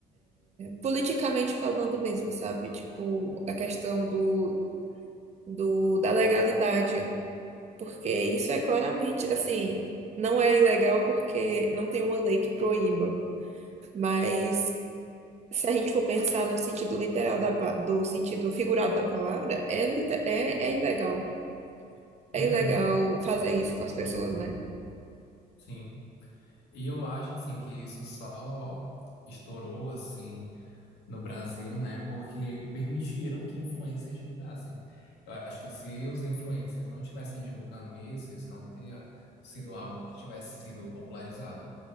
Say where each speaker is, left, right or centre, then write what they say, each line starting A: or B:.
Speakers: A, on the right (about 40°); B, on the left (about 80°).
A: Politicamente falando mesmo, sabe? Tipo, a questão do, do, da legalidade. Porque isso é claramente, assim, não é ilegal porque não tem uma lei que proíba. Mas se a gente for pensar no sentido literal da, pa- do sentido figurado da palavra, é, lite- é, é ilegal. É
B: Uhum,
A: ilegal fazer isso com as pessoas, né?
B: sim. E eu acho assim que isso só estourou assim no Brasil, né? Porque permitiram que influencers divulgassem. Eu acho que se os influencers não tivessem divulgando isso, isso não teria sido algo que tivesse sido popularizado.